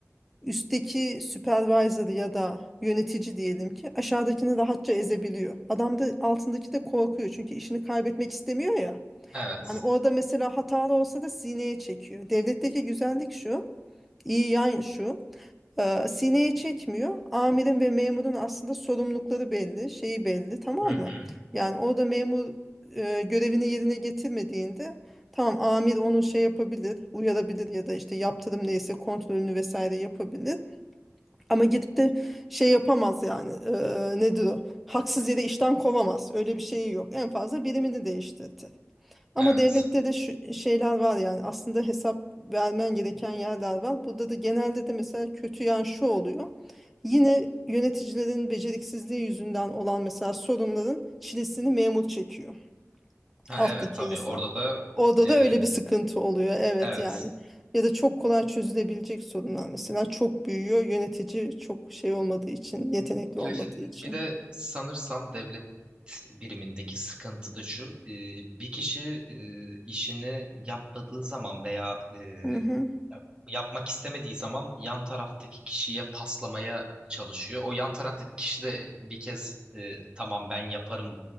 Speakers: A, in the centre; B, on the right.
A: üstteki supervisor ya da yönetici diyelim ki aşağıdakini rahatça ezebiliyor. Adam da altındaki de korkuyor çünkü işini kaybetmek istemiyor ya.
B: Evet.
A: Yani orada mesela hatalı olsa da sineye çekiyor. Devletteki güzellik şu, iyi yan şu. e, sineye çekmiyor. Amirin ve memurun aslında sorumlulukları belli, şeyi belli tamam
B: Hı
A: mı?
B: hı.
A: Yani orada memur e, görevini yerine getirmediğinde Tamam amir onu şey yapabilir, uyarabilir ya da işte yaptırım neyse kontrolünü vesaire yapabilir. Ama gidip de şey yapamaz yani eee, nedir o? Haksız yere işten kovamaz. Öyle bir şeyi yok. En fazla birimini değiştirdi. Ama
B: Evet.
A: devlette de şu şeyler var yani aslında hesap vermen gereken yerler var. Burada da genelde de mesela kötü yan şu oluyor. Yine yöneticilerin beceriksizliği yüzünden olan mesela sorunların çilesini memur çekiyor.
B: Ha,
A: Alttaki
B: evet tabii
A: insan.
B: orada da
A: Orada
B: e,
A: da öyle bir sıkıntı oluyor. Evet
B: evet.
A: yani. Ya da çok kolay çözülebilecek sorunlar mesela çok büyüyor. Yönetici çok şey olmadığı için, yetenekli olmadığı
B: Ya işte
A: için.
B: bir de sanırsam devlet birimindeki sıkıntı da şu. e, Bir kişi e, işini yapmadığı zaman veya e,
A: Hı hı.
B: yap- yapmak istemediği zaman yan taraftaki kişiye paslamaya çalışıyor. O yan taraftaki kişi de bir kez e, tamam ben yaparım